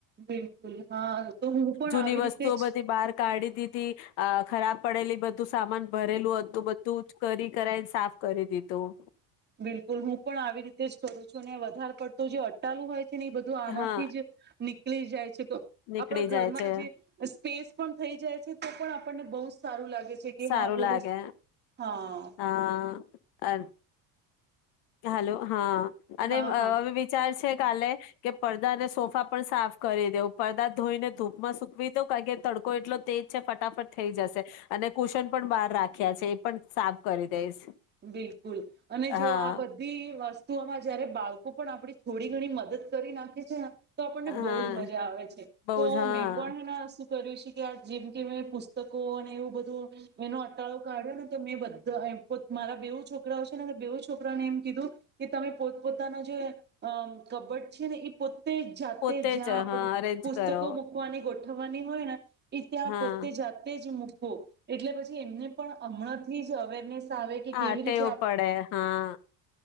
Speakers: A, on the right (about 20°); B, on the left (about 80°).
A: બિલકુલ હા તો હું પણ
B: જૂની
A: આવી રીતે
B: વસ્તુઓ
A: જ.
B: બધી બહાર કાઢી દીધી અ ખરાબ પડેલી બધું સામાન ભરેલું હતું બધું કરી કરાઈ સાફ કરી દીધું.
A: બિલકુલ હું પણ આવી રીતે જ કરું છું ને વધારે પડતો જે અટ્ટાલું હોય છે. બધું આનાથી
B: હા
A: જ. ભૂલી જાય છે.
B: નીકળી
A: આપણા ઘરમાં
B: જાય છે
A: જે સ્પેસ પણ થઈ જાય છે તો પણ આપણને બહ સારું લાગે. કે
B: સારું
A: હા થોડું
B: લાગે
A: હા.
B: હા અ હલો હા. અને
A: હા
B: હવે
A: હા
B: વિચાર છે કાલે કે પડદા અને સોફા પણ સાફ કરી દેવ પડદા ધોઈને ધૂપમાં સુકવી દઉ કારણ કે તડકો એટલો તેજ છે ફટાફટ થઈ જશે અને કુશન પણ બહાર રાખ્યા છે એ પણ સાફ કરી દઈશ.
A: બિલકુલ અને જો
B: હા
A: આ બધા બધી વસ્તુઓમાં જયારે બાળકો પણ આપણી થોડી ઘણી મદદ કરી નાખે છે ને તો આપણને
B: હા
A: બહુ જ મજા આવે છે
B: બઉ
A: તો
B: જ હા
A: મેં પણના કર્યું છે કે આ જેમ કે મે પુસ્તકો અને એવું બધું એનો અટાળો કાઢ્યો ને તો મેં બધા એમ પણ મારા બેવું છોકરાઓ બેવ છોકરાને એમ કીધું કે તમે પોત પોતાનો જે અ કબડ છે ને એ પોતે જાતે
B: પોતે
A: જ્યાં
B: જ
A: આપ
B: હા અરેન્જ
A: પુસ્તકો
B: કરો
A: મૂકવાની ગો થવાની હોય ને ત્યા
B: હા
A: પોતે જાતે જ મુ એટલે પછી એમને પણ હમણાંથી જ અવેરનેસ આવે કે
B: હા
A: કેવી
B: તેવું
A: રીતે
B: પડે હા.